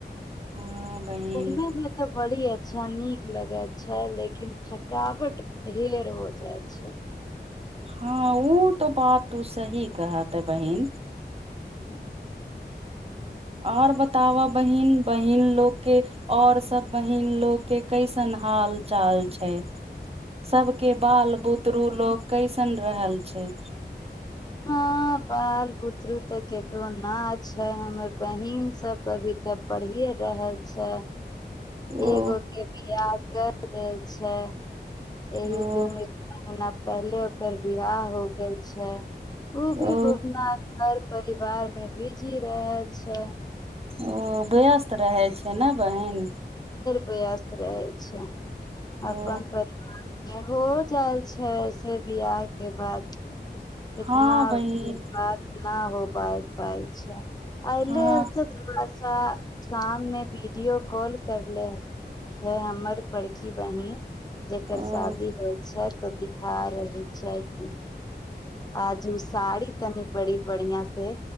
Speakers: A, on the right; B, on the left.
A: हँ बहिन
B: घूमे मे तऽ बड़ी ह अच्छा नीक लगै छै लेकिन थकावट ढेर हो जाइ छै
A: हँ ओ तो बात तू सही कहत है बहिन
B: ह
A: आओर बताबह बहीन बहीन लोककेँ आओर सभ बहिीन लोककेँ कैसन हाल चाल छै सब के बाल बुतरु लोग कैसन रहल छै
B: म बाल बुतरू तऽ ककरो नहि छै हमर बहीनसभ अभी तऽ पढ़िए रहल छै एकगो
A: ओ
B: के बियाह कर देल छै एहि
A: ओ
B: दू महना पहिले ओकर बिवाह हो गेल छै ओू भी
A: ओ
B: घुमना हर परिवार मे बीजी रहै छै
A: ओ वयस्त रहै छै ने बहीन
B: वयस्त रहै छै अपन
A: ओ
B: परिवार हो जाइ छै से बियाह के बाद इतना
A: हँ बहिन
B: बात नहि हो पाय पाइ छै <unintelligible>
A: हँ
B: शाम मे वीडियो कॉल करले छै हमर बड़की बहिन जेकर
A: ओ
B: शादी होइ छै तऽ दिखा रहली छै कि आज हम साड़ी तनी बड़ी बढ़आ से